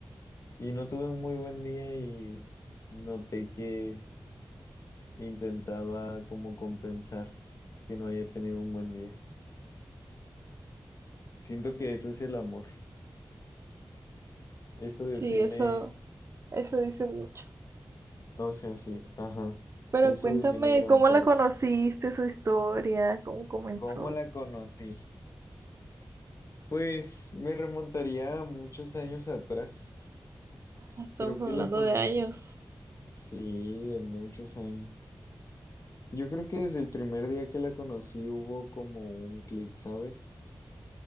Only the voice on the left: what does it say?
Y no tuve un muy buen día y noté que intentaba como compensar que no haya tenido un buen día. Siento que eso es el amor. Eso define,
o sea, sí, ajá.
Eso
define gran
parte.
¿Cómo la conocí? Pues me remontaría a muchos años atrás.
Creo
que la conocí.
Sí, de muchos años. Yo creo que desde el primer día que la conocí hubo como un clic, ¿sabes?